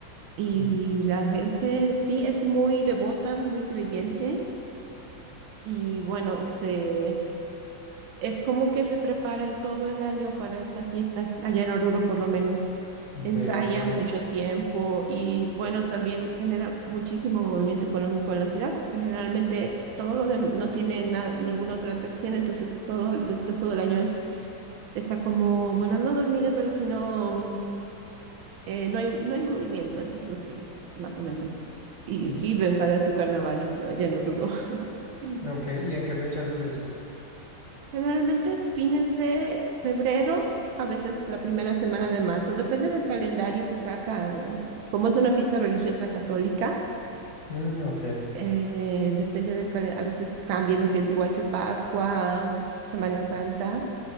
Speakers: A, on the right; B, on the left.
A: Y
B: Mm,
A: la gente sí es muy devota, muy creyente, y bueno, se Es como que se preparan todo el año para esta fiesta, allá en Oruro por lo menos.
B: Vea
A: Ensayan
B: pues.
A: mucho tiempo y bueno, también genera muchísimo movimiento económico en la ciudad, porque generalmente todo lo de, no tiene na- ninguna otra atracción, entonces todo, después todo el año es, está como, bueno, no dormida, pero sino eh, no hay, no hay movimiento, eso es lo que más o menos. Y
B: Y-
A: viven para su carnaval, yo creo, allá en Oruro. <laughs>
B: Ok, ¿y en qué fechas es eso?
A: Generalmente es fines de febrero, a veces la primera semana de marzo, depende del calendario que saca. Como es una fiesta religiosa católica,
B: Mm, ok.
A: eh, depende del calendario, a veces cambia, ¿no es cierto? Igual que Pascua, Semana Santa,